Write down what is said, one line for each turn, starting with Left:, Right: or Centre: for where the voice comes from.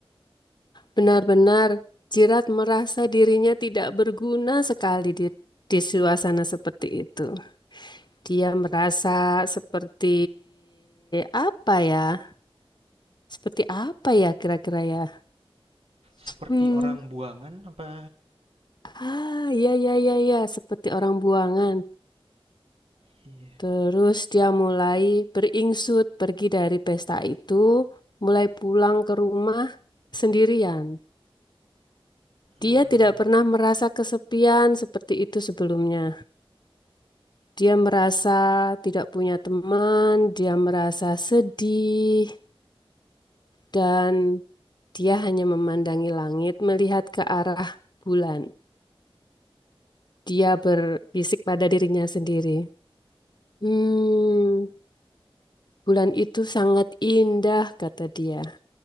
Left: Benar-benar Jirat merasa dirinya tidak berguna sekali di, di suasana seperti itu. Dia merasa seperti apa ya? Seperti apa ya kira-kira ya?
Right: seperti
Left: Hmm.
Right: orang buangan apa
Left: Ah, iya, iya, iya, iya. Seperti orang buangan.
Right: iya,
Left: Terus dia mulai beringsut pergi dari pesta itu, mulai pulang ke rumah sendirian.
Right: mmm,
Left: Dia tidak pernah merasa kesepian seperti itu sebelumnya. Dia merasa tidak punya teman, dia merasa sedih, dan dia hanya memandangi langit, melihat ke arah bulan. Dia berbisik pada dirinya sendiri. Hmm, Bulan itu sangat indah, kata dia.